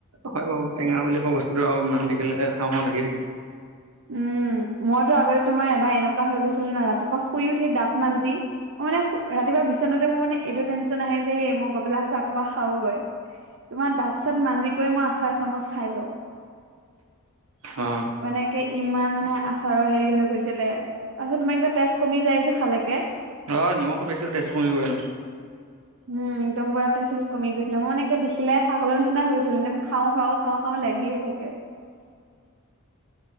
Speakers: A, on the right; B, on the right.
A: হয় বাৰু টেঙা বুলি কোৱা বস্তুটো আৰু মানুহ দেখিলে খাওঁ খাওঁ লাগি থাকে।
B: উম মইতো আগতে তোমাৰ এবাৰ এনেকুৱা হৈ গৈছিল ন ৰাতিপুৱা শুই উঠি দাঁত মাজি মই মানে ৰাতিপুৱা বিচনাতে মোৰ মানে এইটো টেনশন আহে যে এই মই গৈ পেলায় আছাৰ অলপ খাওগৈ তোমাৰ দাঁত চাত মাজি কৈ মই আচাৰ এচামুচ খাই লওঁ।
A: অ।
B: মানেকে ইমান মানে আচাৰৰ হেৰি হৈ গৈছিলে। পাছত তোমাক কিবা তেজ কমি যায় যে খালেকে।
A: অ নিমখো বেছি হল তেষ্টো কমিবই ন।
B: উম, একদম পুৰা তেজ-চেজ কমি গৈছিলে, মই <unintelligible> দেখিলে পাগলৰ নিচিনা হৈ গৈছিলো। একদম খাও খাও খাওঁ। অ, লাগিয়ে থাকে।